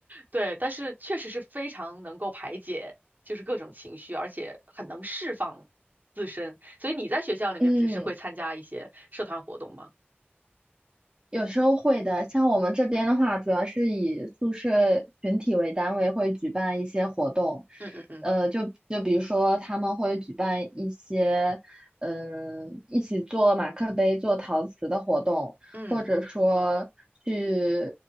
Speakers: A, on the right; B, on the right.
A: 对，但是确实是非常能够排解。就是各种情绪，而且很能释放自身。所以你在学校里面平时会参加一些社团活动吗？
B: 嗯。有时候会的，像我们这边的话，主要是以宿舍群体为单位，会举办一些活动，
A: 嗯嗯嗯
B: 呃，就就比如说他们会举办一些，嗯、一起做马克杯、做陶瓷的活动，
A: 嗯
B: 或者说去